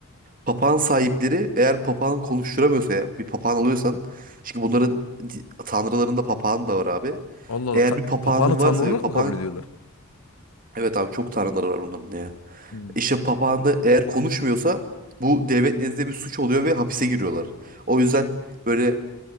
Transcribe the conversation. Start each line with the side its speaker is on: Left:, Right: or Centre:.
Right: Papağan sahipleri eğer papağan konuşturamıyorsa ya bir papağan alıyorsan çünkü bunların di- tanrılarında papağan da var abi.
Left: Allah Allah.
Right: Eğer
Left: Ta-
Right: bir papağanın
Left: papağanı tanrı
Right: varsa
Left: olarak
Right: ve papağan
Left: mı kabul ediyorlar?
Right: evet abi çok tanrıları var bunların ya.
Left: Hmm.
Right: İşte papağanı eğer konuşmuyorsa bu devlet nezdinde bir suç oluyor ve hapise giriyorlar. O yüzden böyle